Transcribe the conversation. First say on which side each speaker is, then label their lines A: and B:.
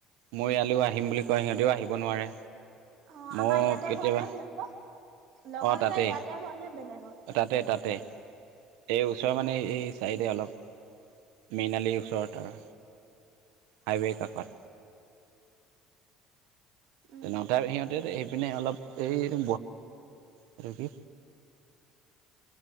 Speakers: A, on the right (about 80°); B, on the right (about 60°).
A: মই ইয়ালে আহিম বুলি কয় সিহঁতেও আহিব নোৱাৰে।
B: অ
A: মই
B: আমাৰ ইয়াতে
A: কেতিয়াবা
B: ঘৰ নে সিহঁতৰ লগৰকেইটা
A: অ তাতে,
B: ইয়াতে ঘৰ নে বেলেগত
A: তাতে তাতে। এই ওচৰৰ
B: অ
A: মানে এই চাইডে অলপ মিনালি ওচৰত আৰু। হাইৱে কাষত।
B: উম
A: তেনে সিহঁতে পিনে অলপ এইটো এইটো কি